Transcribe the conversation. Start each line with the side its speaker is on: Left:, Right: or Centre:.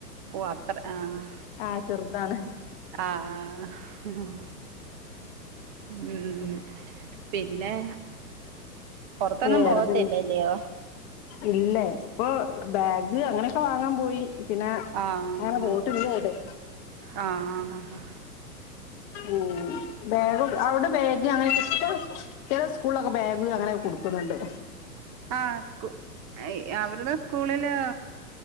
Right: അത്ര ആഹ്
Left: ആ ചെറുതാണ്
Right: ആഹ് ഉം ഉം പിന്നെ പൊറത്തൊന്നും
Left: വേറെ
Right: പോവത്തില്ലല്ലയോ
Left: പിന്നെ ഇല്ല ഇപ്പൊ ബെഗ് അങ്ങനെക്കെ വാങ്ങാൻ പോയി പിന്നെ
Right: ആഹ്
Left: അങ്ങനെ പൊയിട്ടില്ല എവിടെ
Right: ആഹ്
Left: ഏഹ് ബെഗും ഔടെ ബെഗ് ഇനി അങ്ങനെക്കെ പ്പ് ചെലെ സ്കൂൾ ളോക്കെ ബാഗ് അങ്ങനെക്കെ കൊടുക്ണ് ണ്ട്
Right: ആഹ് സ്കു അവരുടെ സ്കൂളില്